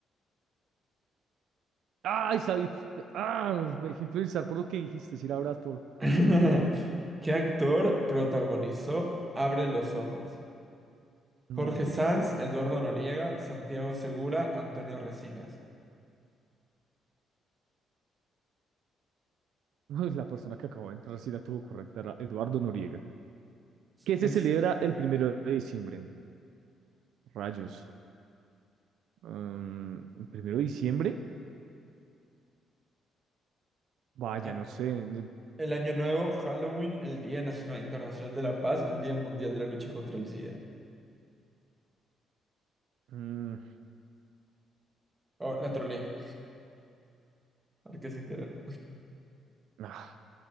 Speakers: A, on the right; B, on the right.
A: Ay, sabía. Ah, me dejé influenciar por lo que dijiste, si era Bradford.
B: <laughs>
A: Ah,
B: ¿Qué actor protagonizó Abre los ojos?
A: mm.
B: Jorge Sanz, Eduardo Noriega, Santiago Segura, Antonio Resinas.
A: Uy, La persona que acabó de entrar sí la tuvo correcta, era Eduardo Noriega. ¿Qué
B: ¿Qué
A: se
B: es
A: celebra el primero de diciembre? Rayos. Mm, ¿el primero de diciembre? Vaya,
B: ah,
A: no sé. n-
B: el Año Nuevo, Halloween, el Día Nacional Internacional de la Paz, el Día Mundial de la Lucha contra el SIDA?
A: mm,
B: Oh, la trolea. Marqué sin querer.
A: ah,